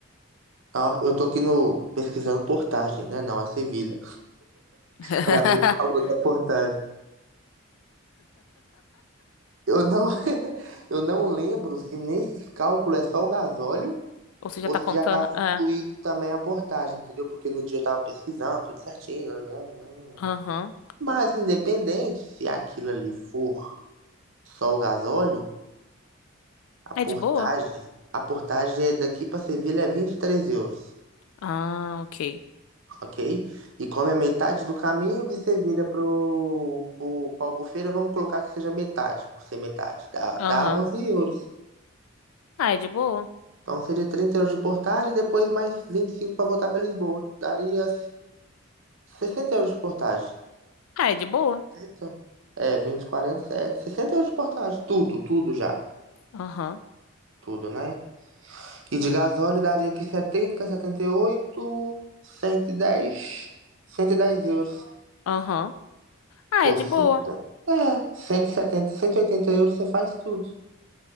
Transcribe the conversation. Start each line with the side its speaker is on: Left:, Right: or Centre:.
Right: Ó, eu tô aqui no. Pesquisando portagem, né? Não, é Sevilha.
Left: <laughs>
Right: para ver o valor da portagem. Eu não, <laughs> eu não lembro se nesse cálculo é só o gasóleo
Left: Ou você já
Right: ou
Left: tá
Right: se
Left: contando.
Right: já estava incluído
Left: É.
Right: também a portagem, entendeu? Porque no dia eu estava pesquisando, tudo certinho. nananana.
Left: Aham.
Right: Mas independente se aquilo ali for só o gasóleo, a portagem,
Left: É de boa?
Right: a portagem é daqui para Sevilha é 23 euros,
Left: Ah, ok.
Right: ok? E como é metade do caminho de Sevilha para o Albufeira, vamos colocar que seja metade, por ser metade, dá,
Left: Aham.
Right: dá 11 euros.
Left: Ah, é de boa?
Right: Então seria 30 euros de portagem e depois mais 25 para voltar para Lisboa. Daria 60 euros de portagem.
Left: Ah, é de boa?
Right: 60? É, 20, 40, é, 60 euros de portagem. Tudo, tudo já.
Left: Aham.
Right: Tudo, né? E de gasóleo daria aqui setenta, setenta e e oito, cento e dez, cento e dez euros.
Left: Aham. Ah,
Right: Ou
Left: é de
Right: seja,
Left: boa.
Right: é, cento cento e setenta, cento e oitenta euros você faz tudo.